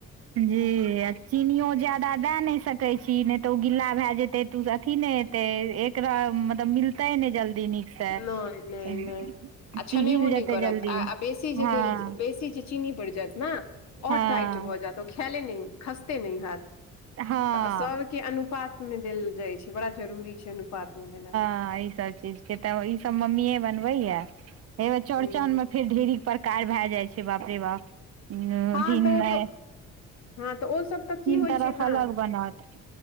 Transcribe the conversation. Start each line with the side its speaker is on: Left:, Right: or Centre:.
Right: जी आ चीनियो जादा दए नहि सकैत छी नहि तऽ ओ गिला भए जेतै तऽ ओ अथी नहि तै एकरा मतलब मिल तय ने जल्दी नीक से
Left: नहि नहि
Right: पिघिल
Left: नहि आ छनेबो नहि
Right: जेतै
Left: करत
Right: जल्दी।
Left: आ आ बेसी जे
Right: हँ
Left: गइल बेसी जे चीनी पड़ि जायत न और
Right: हँ
Left: टाइट भऽ जैत ओ खायले नहि खसते नहि हैत
Right: हँ
Left: तऽ सभके अनुपात मे देल जाइ छै बड़ा जरूरी छै अनुपात मे देनाइ।
Right: हँ ई सब चीज के तऽ ई सब मम्मीए बनबे येए एबेर चौड़चन
Left: हूँ
Right: म फेर ढेरिक प्रकार भए जाइ छै बाप रे बाप अथिन
Left: हँ तऽ ओ
Right: नहि
Left: तऽ हँ तऽ ओसब त की होइ
Right: तरफ
Left: छै ना।
Right: अलग बनत